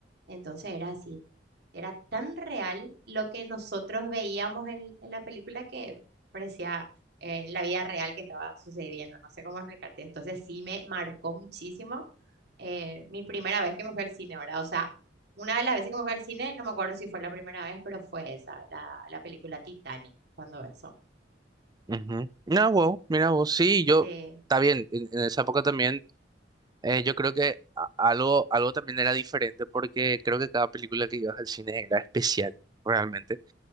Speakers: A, on the right (about 60°); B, on the right (about 20°).
A: Entonces era así, era tan real lo que nosotros veíamos en, en la película que parecía eh, la vida real que estaba sucediendo, no sé cómo explicarte. Entonces sí me marcó muchísimo eh, mi primera vez que me fui al cine, ¿verdad? O sea, una de las veces que me fui al cine, no me acuerdo si fue la primera vez, pero fue esa, la, la película Titanic, cuando eso.
B: Ujú. No, wow, mira vos, sí, yo,
A: Sí,
B: está bien, en, en esa época también, eh, yo creo que a- algo, algo también era diferente porque creo que cada película que ibas al cine era especial, realmente.